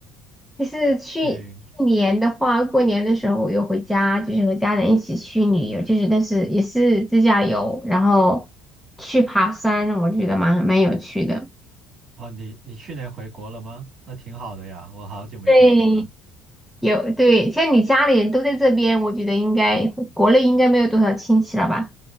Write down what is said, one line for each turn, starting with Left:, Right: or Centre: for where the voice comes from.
Centre: 就是去去年的话，
Right: 对，
Centre: 过年的时候我又回家，就是和家人一起去旅游，就是但是也是自驾游，然后去爬山，我觉得蛮蛮有趣的。
Right: 哦，你你去年回国了吗？那挺好的呀，我好久没回国了。
Centre: 对，有对，像你家里人都在这边，我觉得应该国内应该没有多少亲戚了吧？